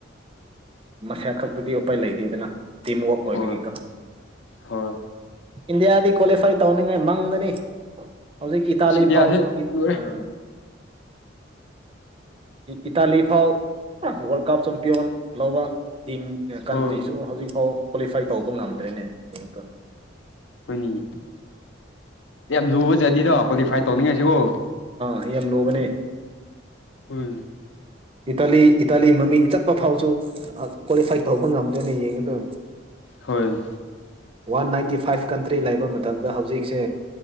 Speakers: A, on the right; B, on the left.
A: ꯃꯁꯥ ꯈꯛꯇꯗꯤ ꯎꯄꯥꯏ ꯂꯩꯇꯦꯗꯅ ꯇꯤꯝꯋꯔꯛ ꯑꯣꯏꯕꯅꯤꯀ
B: ꯍꯣꯏ ꯍꯣꯏ
A: ꯏꯟꯗꯤꯌꯥꯗꯤ ꯀ꯭ꯋꯥꯂꯤꯐꯥꯏ ꯇꯧꯅꯤꯡꯉꯥꯏ ꯃꯥꯡꯗꯅꯤ ꯍꯧꯖꯤꯛ ꯏꯇꯥꯂꯤ
B: ꯑꯁ ꯏꯟꯗꯤꯌꯥꯁꯦ
A: ꯐꯥꯎꯁꯨ
B: ꯂꯣꯏꯔꯦ
A: ꯑꯝ ꯏꯇꯥꯂꯤ ꯐꯥꯎ ꯋꯥꯔꯜ ꯀꯥꯞ ꯆꯝꯄꯤꯌꯣꯟ ꯂꯧꯕ ꯇꯤꯝ ꯀꯟꯇ꯭ꯔꯤꯁꯨ
B: ꯍꯣꯏ
A: ꯍꯧꯖꯤꯛꯐꯥꯎ ꯀ꯭ꯋꯥꯂꯤꯐꯥꯏ ꯇꯧꯕ ꯉꯝꯗ꯭ꯔꯦꯅꯦ ꯌꯦꯡꯛꯇꯣ
B: ꯍꯣꯏꯅꯤ ꯌꯥꯝ ꯂꯨꯕ ꯖꯠꯅꯤꯗꯣ ꯀ꯭ꯋꯥꯂꯤꯐꯥꯏ ꯇꯧꯅꯤꯡꯉꯁꯤꯕꯣ
A: ꯑꯩ ꯌꯥꯝꯂꯅꯦ
B: ꯍꯣꯏ
A: ꯏꯇꯥꯂꯤ ꯏꯇꯥꯂꯤ ꯃꯃꯤꯡ ꯆꯠꯄ ꯐꯥꯎꯁꯨ ꯀ꯭ꯋꯥꯂꯤꯐꯥꯏ ꯇꯧꯕ ꯉꯝꯗꯣꯏꯅꯦ ꯌꯦꯡꯉꯗꯣ
B: ꯍꯣꯏ
A: ꯋꯥꯟ ꯅꯥꯏꯟꯇꯤ ꯐꯥꯏꯚ ꯀꯟꯇ꯭ꯔꯤ ꯂꯩꯕ ꯃꯇꯝꯗ ꯍꯧꯖꯤꯛꯁꯦ